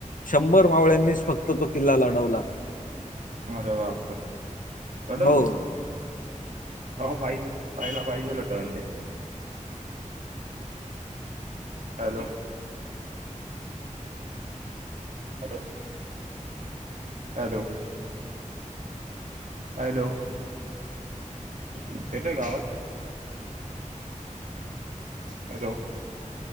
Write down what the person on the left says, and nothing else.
शंभर मावळ्यांनीच फक्त तो किल्ला लढवला.
हो